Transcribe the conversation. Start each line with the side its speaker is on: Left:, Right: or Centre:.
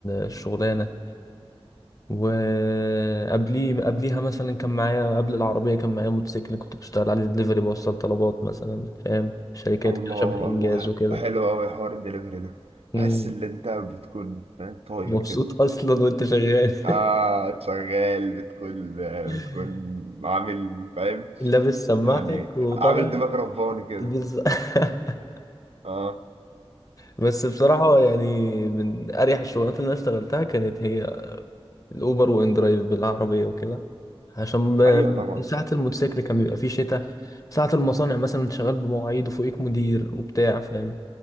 Left: الشغلانة وقبليه قبليها مثلا كان معايا قبل العربية كان معايا موتوسيكل كنت بشتغل عليه دليفري بوصل طلبات مثلا فاهم شركات
Right: الله
Left: كده شبه إنجاز
Right: الله
Left: وكده
Right: حلو قوي حوار الدليفري ده
Left: مم.
Right: بحس ان انت بتكون فاهم طاير
Left: مبسوط
Right: كده
Left: أصلا وأنت شغال
Right: اه شغال بتكون
Left: <laughs>
Right: بتكون عامل فاهم
Left: لابس سماعتك
Right: يعني
Left: وطالع
Right: عامل دماغ رباني كده
Left: بز... <laughs>
Right: اه
Left: بس بصراحة يعني من أريح الشغلات اللي أنا اشتغلتها كانت هي الأوبر وإن درايف بالعربية وكده عشان
Right: ايوه طبعا
Left: ب- ساعة الموتوسيكل كان بيبقى فيه شتاء ساعة المصانع مثلا شغال بمواعيد وفوقيك مدير وبتاع فاهم